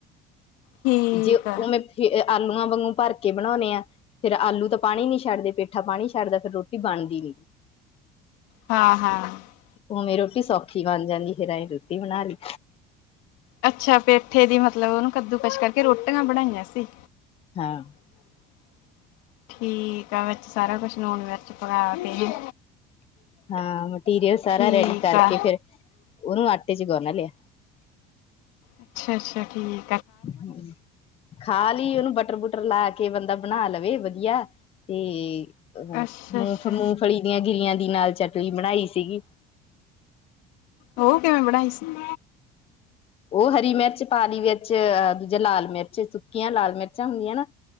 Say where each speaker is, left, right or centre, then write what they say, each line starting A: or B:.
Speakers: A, on the left; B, on the left.
A: ਠੀਕ
B: ਜੇ ਉਹਵੇਂ
A: ਆ
B: ਥੇ, ਅਹ ਆਲੂਆਂ ਵਾਂਗੂ ਭਰ ਕੇ ਬਣਾਉਣੇ ਐ ਫੇਰ ਆਲੂ ਤਾਂ ਪਾਣੀ ਨੀ ਛੱਡਦੇ, ਪੇਠਾ ਪਾਣੀ ਛੱਡਦਾ, ਫਿਰ ਰੋਟੀ ਬਣਦੀ ਨਈ।
A: ਹਾਂ ਹਾਂ
B: ਉਵੇਂ ਰੋਟੀ ਸੌਖੀ ਬਣ ਜਾਂਦੀ, ਫੇਰ ਐਂ ਰੋਟੀ ਬਣਾ ਲਈ।
A: ਅੱਛਾ, ਪੇਠੇ ਦੀ ਮਤਲਬ, ਉਹਨੂੰ ਕੱਦੂਕਸ਼ ਕਰਕੇ ਰੋਟੀਆਂ ਬਣਾਈਆਂ ਸੀ।
B: ਹਾਂ।
A: ਹਮ <inaudible> ਠੀਕ ਆ, ਵਿਚ ਸਾਰਾ ਕੁਛ ਲੂਣ ਮਿਰਚ ਪਕਾ ਕੇ।
B: ਹਾਂ, ਮਟੀਰੀਅਲ ਸਾਰਾ
A: ਠੀਕ
B: ਰੈਡੀ ਕਰਕੇ
A: ਆ।
B: ਫੇਰ, ਉਹਨੂੰ ਆਟੇ ਚ ਗੋਣ ਲੇਆ।
A: ਅੱਛਾ-ਅੱਛਾ, ਠੀ
B: ਹੂੰ। ਖਾ ਲਈ ਉਹਨੂੰ ਬਟਰ ਬੁਟਰ ਲਾ ਕੇ, ਬੰਦਾ ਬਣਾ ਲਵੇ ਵਧੀਆ, ਤੇ ਅਹਾ
A: ਅੱਛਾ-ਅੱਛਾ
B: ਮੂਫ ਮੂਫਲੀ ਦੀਆਂ ਗਿਰੀਆਂ ਦੀ ਨਾਲ ਚਟਲੀ ਬਣਾਈ ਸੀਗੀ।
A: ਉਹ ਕਿਵੇਂ ਬਣਾਈ ਸੀ?
B: ਉਹ ਹਰੀ ਮਿਰਚ ਪਾ ਲਈ ਵਿੱਚ, ਅ ਦੂਜਾ ਲਾਲ ਮਿਰਚ, ਸੁੱਕੀਆਂ ਲਾਲ ਮਿਰਚਾਂ ਹੁੰਦੀਆਂ ਨਾ?